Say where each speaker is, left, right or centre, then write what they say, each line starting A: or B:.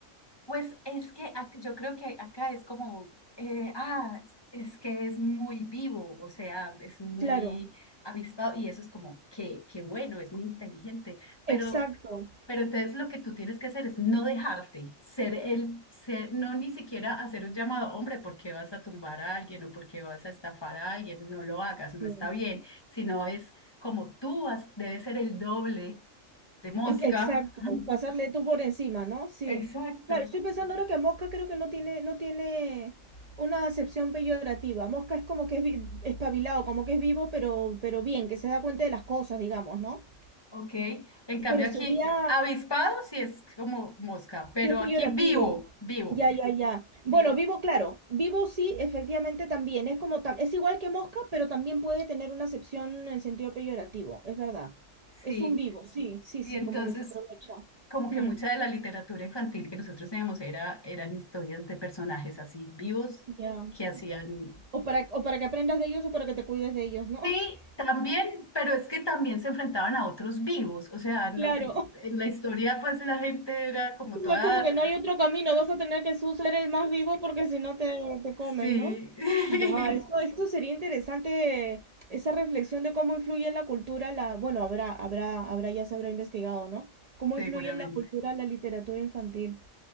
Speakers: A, on the left; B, on the right.
A: Pues es que ac- yo creo que acá es como, eh, ah, es que es muy vivo, o sea, es muy
B: Claro,
A: avispado y eso es como, qué, qué bueno, es muy inteligente,
B: exacto,
A: pero, pero entonces lo que tú tienes que hacer es no dejarte, ser el, ser, no ni siquiera hacer un llamado, hombre, ¿por qué vas a tumbar a alguien o por qué vas a estafar a alguien? No lo hagas, no
B: sí,
A: está bien, sino es como tú has- debes ser el doble de mosca.
B: e- exacto,
A: <laughs>
B: pasarle tú por encima, ¿no? Sí.
A: Exacto.
B: Claro, estoy pensando ahora que mosca creo que no tiene, no tiene una acepción peyorativa. Mosca es como que es vi- espabilado, como que es vivo, pero, pero bien, que se da cuenta de las cosas, digamos, ¿no?
A: Ok, en cambio
B: Pero
A: aquí
B: sería,
A: avispado sí es como mosca, pero
B: si es peyorativo.
A: aquí vivo, vivo,
B: Ya, ya, ya. Bueno,
A: vivo,
B: vivo, claro. Vivo sí, efectivamente también. Es como tam- es igual que mosca, pero también puede tener una acepción en sentido peyorativo. Es verdad. Es
A: sí.
B: un vivo, sí, sí,
A: Y
B: sí,
A: entonces
B: como que se aprovecha.
A: como que
B: Mm,
A: mucha de la literatura infantil que nosotros teníamos era, eran historias de personajes así vivos
B: ya.
A: que hacían...
B: O para, o para que aprendas de ellos o para que te cuides de ellos, ¿no?
A: Sí,
B: <laughs>
A: también, pero es que también se enfrentaban a otros vivos, o sea, no,
B: Claro.
A: en la historia pues la gente era como
B: O sea,
A: toda...
B: como que no hay otro camino, vas a tener que tú ser el más vivo porque si no te, te comen,
A: Sí,
B: ¿no?
A: <laughs>
B: Buah, esto, esto sería interesante, esa reflexión de cómo influye en la cultura la, bueno, habrá, habrá, habrá, ya se habrá investigado, ¿no? Cómo
A: seguramente,
B: influye en la cultura la literatura infantil.